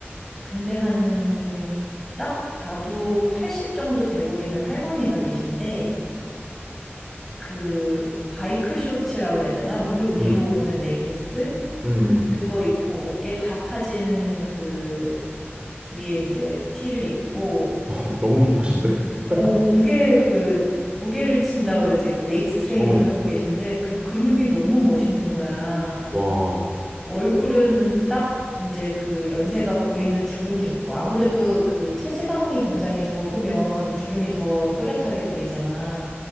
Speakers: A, in the centre; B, on the right.
A: 근데 한 딱 봐도 80 정도 돼 보이는 할머니가 계신데 그 바이크 쇼츠라 그래야 되나? 무릎 위로
B: 음.
A: 오는 레깅스?
B: 음, 음.
A: 그거 입고 어깨 다 파진 그 위에 이제 티를 입고
B: <laughs> 너무 힙하신데? <laughs>
A: 오 무게 그 무게를 친다 그러지. 그 웨이트 트레이닝을
B: 응.
A: 하고 계신데 그 근육이 너무 멋있는 거야.
B: 와,
A: 얼굴은 딱 이제 그 연세가 보이는 주름이 있고 아무래도 그 체지방이 굉장히 적으면 주름이 더 또렷하게 보이잖아.